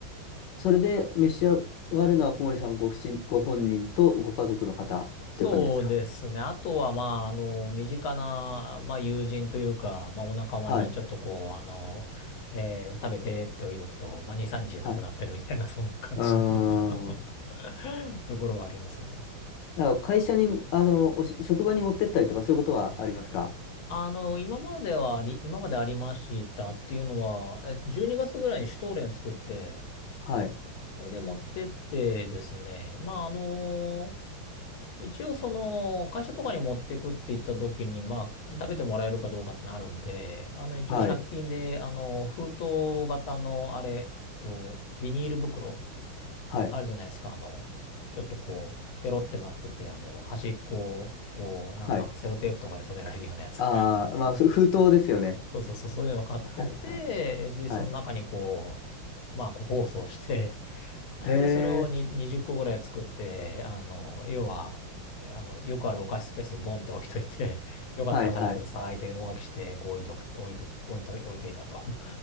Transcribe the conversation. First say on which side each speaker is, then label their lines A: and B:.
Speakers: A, on the left (about 65°); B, on the left (about 80°).
A: それで召し上がるのは小森さんごご本人とご家族の方っていう感じですか
B: そうですね。あとは、まあ、あの、身近な、まあ、友人というか、まあ、お仲間にちょっとこう、
A: はい。
B: あの、えー食べてって置いとくと、まあ、2、3日でなくなってるみたいな、
A: はい
B: そんな感じの
A: うーん。
B: <laughs> ところはありますね。
A: なんか会社に、あの、おし職場に持ってったりとかそういうことはありますか
B: あの、今まではあり、今までありましたっていうのは、え12月ぐらいにシュトーレン作って、
A: はい。
B: えで、持ってってですね、まあ、あの一応その、会社とかに持ってくって言った時に、まあ、食べてもらえるかどうかってなるんで、あの、一応100均で、
A: はい。
B: あの、封筒型の、あれ、えっと、ビニール袋
A: はい。
B: あるじゃないですか、あの、ちょっとこう、ペロってなってて、あの、端っこを、こう、
A: はい。
B: なんか、セロテープとかで留められるようなやつ。
A: ああ、まあ、そう封筒ですよね。
B: <laughs> そうそうそう、そういうのを買ってて、
A: はい、はい、
B: で、
A: はい。
B: その中にこう、まあ、個包装して、で、
A: へえ、
B: それをに20個ぐらい作って、あの、要は、あの、よくあるお菓子スペースにボンって置いといて、<laughs> よかったら食べてくださいってお書きして、
A: はい、はい。
B: こう置いとく、置いとき、置いと、置いていたと。